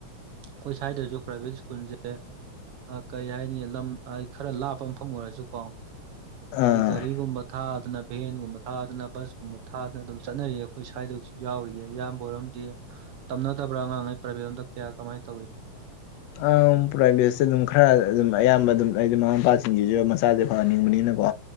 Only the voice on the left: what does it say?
ꯑꯥ
ꯑ ꯄ꯭ꯔꯥꯏꯚꯦꯠꯁꯦ ꯑꯗꯨꯝ ꯈꯔ ꯑꯗꯨꯝ ꯑꯌꯥꯝꯕ ꯑꯗꯨꯝ ꯑꯩꯗꯤ ꯃꯃꯥ ꯃꯄꯥꯁꯤꯡꯖꯤꯖꯨ ꯃꯆꯥꯁꯦ ꯐꯍꯟꯅꯤꯡꯕꯅꯤꯅꯀꯣ